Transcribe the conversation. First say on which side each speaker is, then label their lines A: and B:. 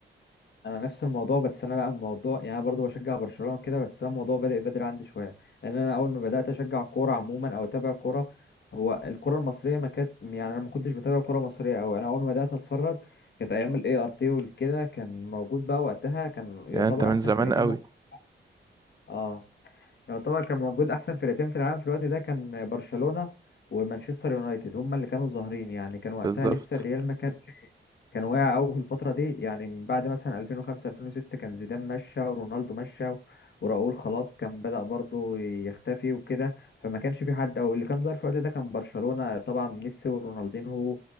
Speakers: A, on the left; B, on the right.
A: انا نفس الموضوع بس انا لا الموضوع يعني انا برضه بشجع برشلونه كده بس انا الموضوع بدا بدري عندي شويه لان انا اول ما بدات اشجع كوره عموما او اتابع كوره هو الكوره المصريه ما كانت يعني انا ما كنتش بتابع كوره مصريه قوي انا اول ما بدات اتفرج كانت ايام الاي ار تي وكده كان موجود بقى وقتها كان يعتبر
B: يعني انت من
A: احسن
B: زمان
A: فرقتين
B: قوي
A: ممكن- اه يعتبر كان موجود احسن فرقتين في العالم في الوقت ده كان برشلونة ومانشستر يونايتد هما اللي كانوا ظاهرين يعني كان وقتها
B: بالظبط
A: لسه الريال ما كانش كان واقع قوي في الفترة دي يعني من بعد مثلا 2005 2006 كان زيدان مشى ورونالدو مشى وراؤول خلاص كان بدأ برضه يختفي وكده فما كانش في حد او اللي كان ظاهر في الوقت ده كان برشلونة طبعا ميسي ورونالدينهو